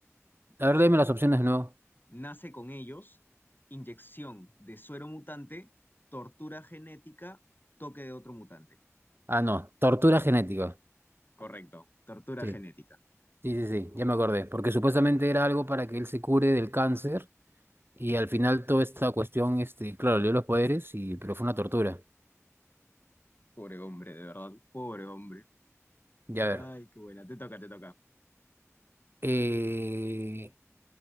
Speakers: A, on the right; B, on the left.
A: A ver, dime las opciones de nuevo.
B: Nace con ellos, inyección de suero mutante, tortura genética, toque de otro mutante.
A: Ah, no, tortura genética.
B: Correcto, tortura
A: Sí,
B: genética.
A: sí, sí, sí, ya me acordé, porque supuestamente era algo para que él se cure del cáncer Y al final toda esta cuestión, este, claro, le dio los poderes, y, pero fue una tortura.
B: Pobre hombre, de verdad, pobre hombre.
A: Ya a
B: Ay,
A: ver.
B: qué buena. Te toca, te toca.
A: eh,